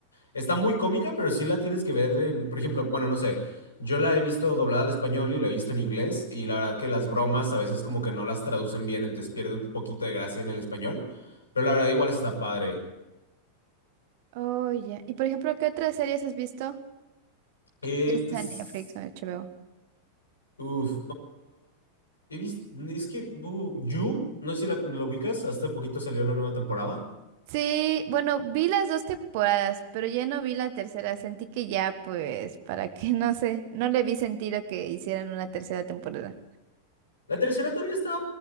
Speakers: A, on the left; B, on the right.
A: está muy cómica, pero sí la tienes que ver en, por ejemplo, bueno, no sé. Yo la he visto doblada al español y la he visto en inglés y la verdad que las bromas a veces como que no las traducen bien, entonces pierde un poquito de gracia en el español, pero la verdad igual está padre.
B: Oh, ya. Y por ejemplo, ¿qué otras series has visto?
A: Eh,
B: Ya sea
A: pues,
B: en Netflix o en HBO.
A: uff, he visto, es que uh, You, no sé si la, lo ubicas, hasta poquito salió la nueva temporada.
B: Sí, bueno, vi las dos temporadas, pero ya no vi la tercera. Sentí que ya, pues, para qué, <laughs> no sé, no le vi sentido que hicieran una tercera temporada.
A: La tercera todavía está